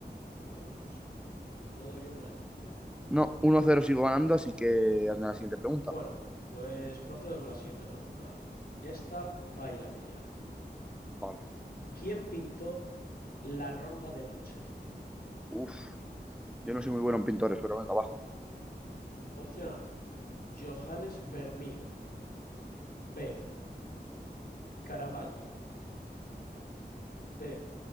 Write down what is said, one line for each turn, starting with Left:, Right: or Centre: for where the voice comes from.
Left: Joder, macho. No doy una, ¿eh?
Centre: No, uno cero sigo ganando, así que hazme la siguiente pregunta.
Left: Bueno, pues procedo con la siguiente pregunta. Esta va a ir a pillar.
Centre: Vale.
Left: ¿Quién pintó la Ronda de Noche?
Centre: Uf, yo no soy muy bueno en pintores, pero venga, va.
Left: Opción A, Johannes Vermeer. B, Caravaggio. C,